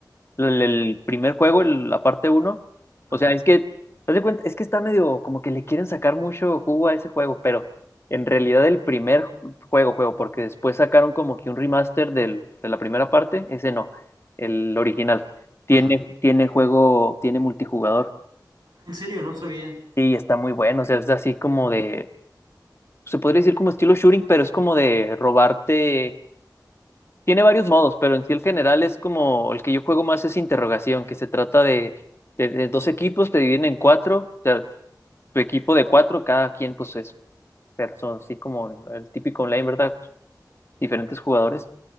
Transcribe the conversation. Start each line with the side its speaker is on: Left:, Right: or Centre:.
Left: el, el primer juego, el- la parte uno,
Right: ajá,
Left: o sea, es que, haz de cuenta, es que está medio como que le quieren sacar mucho jugo a ese juego, pero en realidad el primer ju- juego, juego, porque después sacaron como que un remaster del, de la primera parte, ese no, el original. Tiene,
Right: ajá.
Left: tiene juego, tiene multijugador.
Right: Ah, En serio, no sabía.
Left: Sí, está muy bueno. O sea, es así como de. Se podría decir como estilo shooting, pero es como de robarte. Tiene varios modos, pero en sí el general es como el que yo juego más es interrogación, que se trata de, de, de dos equipos, te dividen en cuatro. O sea, tu equipo de cuatro, cada quien, pues es. Pero son así como el típico online, ¿verdad? Diferentes jugadores.